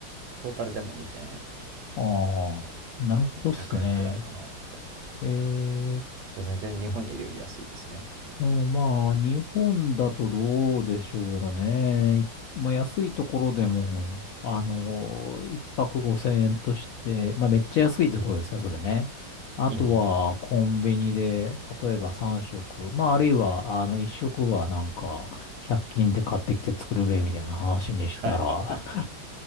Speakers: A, on the right; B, on the left.
A: トータルでも2500
B: あ、なるほどっすね。
A: 円くえんくらいかなって感じですね。
B: え
A: 全然日本にいるより安いですね。
B: うんまあ、日本だとどうでしょうね。いまあ、安いところでも、あの、一泊5000円として、まあ、めっちゃ安いところですね、
A: うん。
B: それね。あとは、
A: うんうんうん。
B: コンビニで、例えば3食、まあ、あるいは、あの、1食はなんか、100均で買ってきて作るべ、みたいな話にしたら、
A: はいはいはいはい。